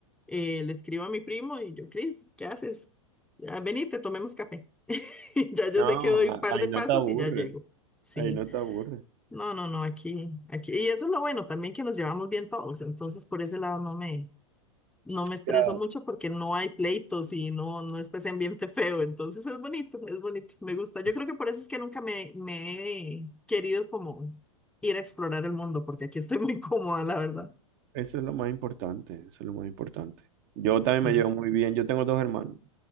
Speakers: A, in the centre; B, on the right.
A: eh, le escribo a mi primo y yo, Cris, ¿qué haces? Ya, venite, tomemos café. <laughs> Ya yo
B: No,
A: sé que doy un
B: a-
A: par
B: ahí
A: de pasos
B: no te aburre,
A: y ya llego. Sí,
B: ahí no te aburre.
A: no, no, no, aquí, aquí. Y eso es lo bueno también que nos llevamos bien todos, entonces por ese lado no me, no me estreso
B: Ya,
A: mucho porque no hay pleitos y no, no está ese ambiente feo. Entonces es bonito, es bonito, me gusta. Yo
B: pues,
A: creo que por eso es que nunca me, me he querido como ir a explorar el mundo, porque aquí estoy muy <laughs> cómoda, la verdad.
B: Eso es lo más importante, eso es lo más importante. Yo también
A: Sí.
B: me llevo muy bien, yo tengo dos hermanos.